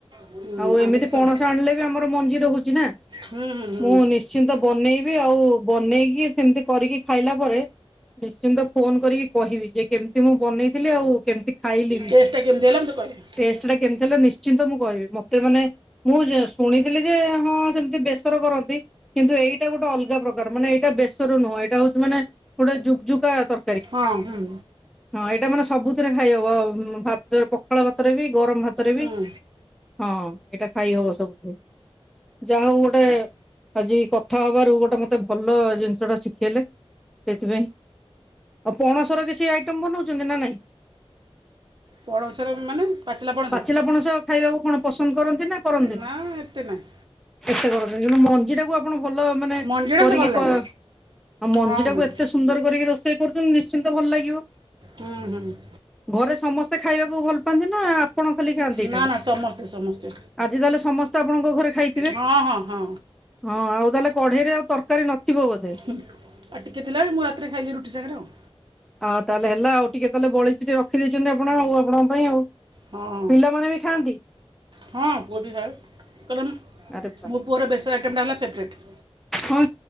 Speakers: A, on the right; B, in the centre.
A: ହୁଁ,
B: ଆଉ
A: ଆଣିକି
B: ଏମିତି
A: କରି-
B: ପଣସ ଆଣିଲେ ବି ଆମର ମଞ୍ଜି ରହୁଛି ନା
A: ହୁଁ ହୁଁ ହୁଁ
B: ମୁଁ ନିଶ ନିଶ୍ଚିନ୍ତ ବନେଇବି ଆଉ ବନେଇକି ସେମିତି କରିକି ଖାଇଲା ପରେ ନିଶ୍ଚିନ୍ତ ଫୋନ କରିକି କହିବି ଯେ କେମିତି ମୁଁ ବନେଇଥିଲି ଆଉ କେମିତି ଖାଇଲି ବି।
A: ଟେଷ୍ଟ ଟା କେମତି ହେଲା ମତେ କହିବେ।
B: ଟେଷ୍ଟ ଟା କେମିତି ହେଲେ ନିଶ୍ଚିନ୍ତ ମୁଁ କହିବି ମୋତେ ମାନେ ମୁଁ ଶୁଣିଥିଲି ଯେ ହଁ ସେମିତି ବେସର କରନ୍ତି କିନ୍ତୁ ଏଇଟା ଗୋଟେ ଅଲ ଅଲଗା ପ୍ରକାର ମାନେ ଏଇଟା ବେଶର ନୁହଁ ଏଇଟା ହଉଛି ମାନେ ଗୋଟେ ଜୁଗଝୁକା ତ
A: ହଁ, ହୁଁ।
B: ହଁ, ଏଇଟା ମାନେ ସବୁଥିରେ ଖାଇହବ ଭାତ ପଖାଳ ଭାତରେ ବି ଗରମ ଭାତରେ
A: ହୁଁ
B: ବି। ହଁ, ଏଇଟା ଖାଇ ହବ ସବୁଥିରେ। ଯାହା ହଉ ଗୋଟେ ଆଜି କଥା ହବାରୁ ଗୋଟେ ମତେ ଭଲ ଜିନିଷ ଟା ଶିଖେଇଲେ। ସେଥିପାଇଁ ଆଉ ପଣସ ର କିଛି ଆଇଟମ୍ ବନଉଛନ୍ତି ନା ନାଇଁ।
A: ପଣସର ମାନେ ପଣସ
B: ପାଚିଲା ପଣସ ଖାଇବାକୁ କଣ ପସନ୍ଦ କରନ୍ତି ନା କରନ୍ତିନି।
A: ନା ଏତେ ନାହିଁ
B: ଏତେ କରନ୍ତି ନି କିନ୍ତୁ ମଞ୍ଜିଟା କୁ ଆପଣ ଭଲ ମାନେ
A: ମଞ୍ଜିଟା ମୋତେ
B: କରିକି
A: ଭଲ
B: <unintelligible>
A: ଲାଗେ
B: ଆଉ ମଞ୍ଜି
A: ହଁ
B: ଟାକୁ
A: ହଁ
B: ଏତେ ସୁନ୍ଦର କରିକି ରୋଷେଇ କରୁଛନ୍ତି ନିଶ୍ଚିନ୍ତ ଭଲ ଲାଗିବ।
A: ହଁ, ହୁଁ।
B: ଘରେ ସମସ୍ତେ ଖାଇବାକୁ ଭଲ ପାଆନ୍ତି ନା ଆପ ଆପଣ ଖାଲି ଖାଆନ୍ତି ଏଇଟାକୁ
A: ନା ନା ସମସ୍ତେ ସମସ୍ତେ
B: ଆଜି ତାହଲେ ସମସ୍ତେ ଆପଣଙ୍କ ଘରେ ଖାଇଥିବେ।
A: ହଁ ହଁ ହଁ
B: ହଁ, ଆଉ ତାହେଲେ କଢେଇରେ ଆଉ ତରକାରୀ ନଥିବ ବୋଧେ।
A: ହୁଁ, ଆଉ ଟିକିଏ ଥିଲାବେଳେ ମୁଁ ରାତିରେ ଖାଇଲି ରୁଟି ସାଗରେ ଆଉ।
B: ଆଉ ତାହେଲେ ହେଲା ଆଉ ଟିକେ ତାହେଲେ ବଳିଚି ରଖି ଦେଇଛନ୍ତି ଆପଣ ଆଉ ଆପଣଙ୍କ ପାଇଁ ଆଉ।
A: ହଁ
B: ପିଲାମାନେ ବି ଖାଆନ୍ତି।
A: ହଁ, ପୁଅଭି ଖାଏ କହିଲେ
B: ଆରେ ବା
A: ମୋ ପୁଅର ବେଶ ଆଇଟମ୍ ଟା ହେଲା ଫେଭ୍ରେଟ।
B: ହଁ,